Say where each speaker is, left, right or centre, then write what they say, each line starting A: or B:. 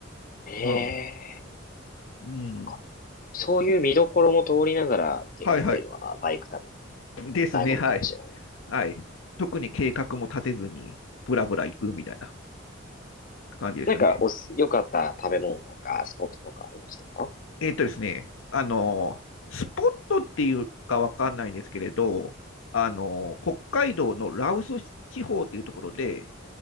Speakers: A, on the left; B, on the left.
A: ええ。
B: はうん。
A: なんかそういう見どころも通りながら行けるっていうのはバイク旅
B: はいはい。ですね、
A: の醍醐味かもしれない。
B: はい。はい。特に計画も立てずに、ぶらぶら行くみたいな感じですね。
A: なんかおす、良かった食べ物とかスポットとかありましたか
B: えっとですね、あの、スポットっていうかわかんないんですけれど、あの、北海道の羅臼地方っていうところで、